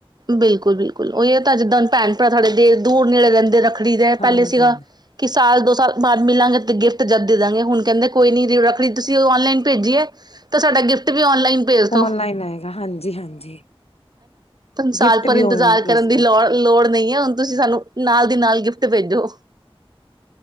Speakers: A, on the right; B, on the left.
A: ਬਿਲਕੁਲ-ਬਿਲਕੁਲ ੳਹੀ ੳਹ ਤਾਂ ਜਿੱਦਾਂ ਭੈਣ ਭਰਾ ਸਾਡੇ ਦੂਰ ਨੇੜੇ ਰਹਿੰਦੇ ਰੱਖ ਖਰੀਦਿਆ
B: ਹਾਂਜੀ
A: ਪਹਿਲੇ ਸੀਗਾ
B: ਹਾਂਜੀ
A: ਕਿ ਸਾਲ ਦੋ ਸਾਲ ਬਾਅਦ ਮਿਲਾਂਗੇ ਤੇ ਗਿਫਟ ਜਦ ਦੇ ਦਾਂਗੇ ਹੁਨ ਕਹਿੰਦੇ ਕੋਈ ਨੀ ਰਖੜੀ ਤੁਸੀਂ ੳਹ ਆਨਲਾਈਨ ਭੇਜੀਏ ਤਾਂ ਸਾਡਾ ਗਿਫਟ ਵੀ ਆਨਲਾਈਨ ਭੇਜ ਦੋ
B: ਔਨਲਾਈਨ ਆਏਗਾ ਹਾਂਜੀ ਹਾਂਜੀ
A: ਸਾਲ
B: ਗਿਫਟ
A: ਭਰ
B: ਵੀ
A: ਇੰਤਜ਼ਾਰ
B: ਔਨਲਾਈਨ ਭੇਜਦਾ
A: ਕਰਨ ਦੀ ਲੋੜ-ਲੋੜ ਨਈ ਏ ਹੁਨ ਤੁਸੀਂ ਸਾਨੂੰ ਨਾਲ ਦੀ ਨਾਲ ਗਿਫਟ ਭੇਜੋ